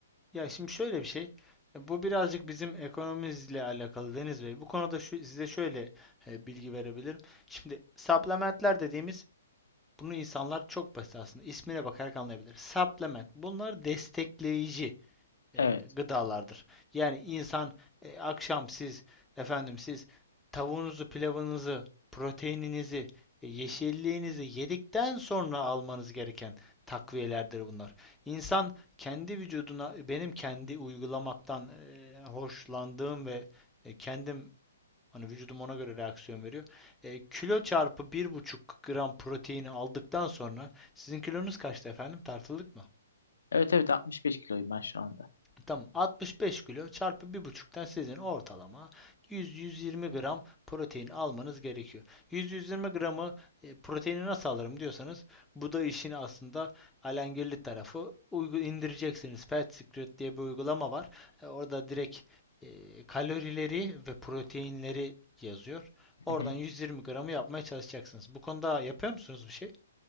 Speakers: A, in the centre; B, on the left.
A: Ya şimdi şöyle bir şey. e, Bu birazcık bizim ekonomimizle alakalı Deniz Bey. Bu konuda şu, size şöyle e, bilgi verebilirim. Şimdi supplementler dediğimiz bunu insanlar çok basit aslında ismine bakarak anlayabilir. Supplement bunlar destekleyici
B: Evet.
A: e, gıdalardır. Yani insan e, akşam siz efendim siz tavuğunuzu, pilavınızı, proteininizi, e, yeşilliğinizi yedikten sonra almanız gereken takviyelerdir bunlar. İnsan kendi vücuduna benim kendi uygulamaktan e, hoşlandığım ve e, kendim hani vücudum ona göre reaksiyon veriyor. E, kilo çarpı bir buçuk gram proteini aldıktan sonra sizin kilonuz kaçtı efendim? Tartıldık mı?
B: Evet evet 65 kiloyum ben şu anda.
A: Tamam 65 kilo çarpı bir buçuktan sizin ortalama 100-120 gram protein almanız gerekiyor. 100-120 gramı e, proteini nasıl alırım diyorsanız bu da işin aslında alengirli tarafı. Uygu indireceksiniz. Fat Secret diye bir uygulama var. E, orada direkt e, kalorileri ve proteinleri yazıyor. Oradan
B: Hı hı.
A: 120 gramı yapmaya çalışacaksınız. Bu konuda yapıyor musunuz bir şey?